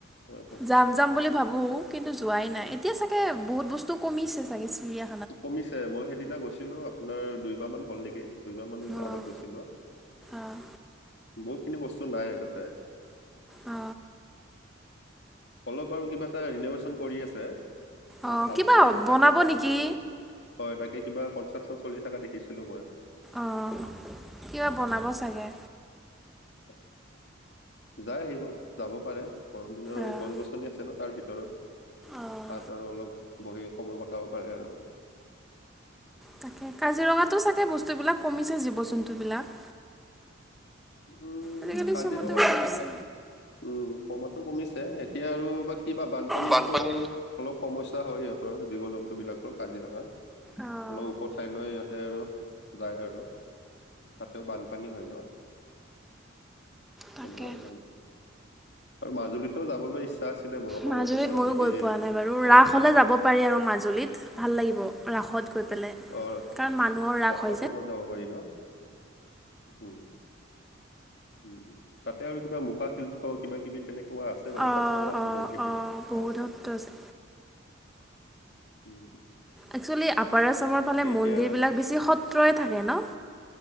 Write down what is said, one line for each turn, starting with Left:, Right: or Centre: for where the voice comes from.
Left: অ অ।
Centre: যাম যাম বুলি ভাবো, কিন্তু যোৱাই নাই এতিয়া চাগে বহুত বস্তু কমিছে চাগে চৰিয়া
Left: কমিছে মই সেইদিনা গৈছিলো আপোনাৰ দুইমাহ মান হ'ল নেকি। দুইমাহ মান
Centre: অঁ
Left: আগত গৈছিলো,
Centre: অঁ
Left: বহুতখিনি বস্তু নাই তাতে।
Centre: অ।
Left: অলপ বাৰু কিবা এটা ৰিন'ভেচন কৰি আছে। অলপ
Centre: অঁ
Left: ভাল কৰিব কিবা
Centre: বনাব
Left: চেষ্টা
Centre: নেকি
Left: কৰিছে বাৰু। হয় তাকে কিবা কনষ্ট্ৰাকচন চলি থাকা দেখিছিলো মই।
Centre: অ কিবা বনাব চাগে।
Left: <inaudible> যাই আহিব, যাব পাৰে গৰম দিনত আৰু
Centre: অঁ
Left: গছ-গছনি আছে ন তাৰ ভিতৰত।
Centre: অঁ
Left: তাত আৰু অলপ বহি সময় কটাব পাৰে আৰু।
Centre: তাকে, কাজিৰঙাতো চাগে বস্তুবিলাক কমিছে জীৱ-জন্তু বিলাক।
Left: উম
Centre: আজিকালি
Left: কাজিৰঙাত
Centre: চবতে কমিছে
Left: তেনেকে উম। কমাটো কমিছে, এতিয়া আৰু বা কিবা বানপানীটো
Centre: বানপানীত
Left: আৰু অলপ সমস্যা হয় সিহঁতৰ জীৱ-জন্তু বিলাকৰ। কাজিৰঙা,
Centre: অঁ
Left: অলপ ওখ ঠাইলৈ ইহঁতে আৰু যায় আৰু। তাতেও বানপানীয়ো হয় ন।
Centre: তাকে
Left: তেনেকুৱা ধৰণৰ, আৰু মাজুলীটো যাবলৈ ইচ্ছা আচিলে মোৰ অসমৰ
Centre: মাজুলীত
Left: ভিতৰত
Centre: ময়ো
Left: যদি
Centre: গৈ পোৱা নাই বাৰু
Left: কয়
Centre: ৰাস
Left: আপুনি
Centre: হ'লে যাব পাৰি আৰু মাজুলীত, ভাল লাগিব ৰাসত গৈ পেলাই।
Left: অ
Centre: কাৰণ মানুহৰ ৰাস
Left: ৰাসৰ
Centre: হয় যে।
Left: সময়ত যাব পাৰি ন? উম। উম তাতে আৰু কিবা মুখা শিল্প কিবা-কিবি তেনেকুৱা আছে বাৰু
Centre: অঁ
Left: সত্ৰও আছে
Centre: অঁ
Left: বহুখিনি।
Centre: অঁ বহুত সত্ৰ আছে।
Left: উম।
Centre: একচুৱেলি আপাৰ আছামৰ ফালে
Left: তাকে এতিয়া
Centre: মন্দিৰ বিলাক বেছি সত্ৰয়ে থাকে ন?